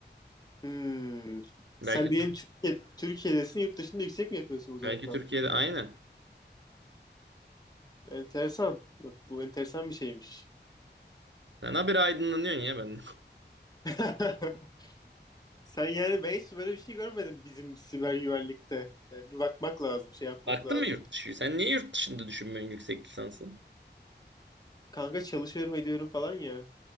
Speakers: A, on the left (about 20°); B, on the right (about 80°).
A: Hmm.
B: Belki
A: Sen diyelim Türkiye, Türkiye'desin yurt dışında yüksek mi yapıyorsun uzaktan?
B: belki Türkiye'de aynen.
A: Enteresan. Bak bu enteresan bir şeymiş.
B: Sen habire aydınlanıyorsun ya ben.
A: <laughs> Sen yani ben hiç böyle bir şey görmedim bizim siber güvenlikte. Ee, bir bakmak lazım, şey yapmak
B: <laughs> Baktın
A: lazım.
B: mı yurt dışı? Sen niye yurt dışında düşünmüyorsun yüksek lisansı?
A: Kanka çalışıyorum ediyorum falan ya.